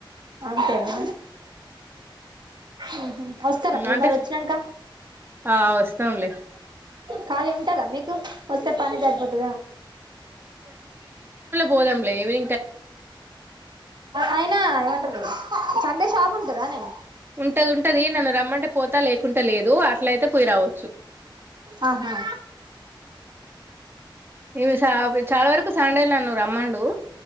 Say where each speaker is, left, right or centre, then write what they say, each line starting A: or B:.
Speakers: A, on the right; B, on the right.
A: అంతేనా ఉమ్ హ్ వస్తారా మీరు
B: అంటే
A: మరి వచ్చినాక
B: ఆ వస్తాంలే
A: ఖాళీ ఉంటందా మీకు వస్తే పనే సరిపోతదేమో
B: పోదాం లేవే
A: అయినా ఏవంటరూ సండే షాపుంటదానే
B: ఉంటది ఉంటది నన్ను రమ్మంటే పోతా లేకుంటే లేదు అట్లైతే పోయ్ రావొచ్చు
A: ఆహా
B: ఇవిసా వి చాలావరకు సండేల్నా నువ్వు రమ్మండూ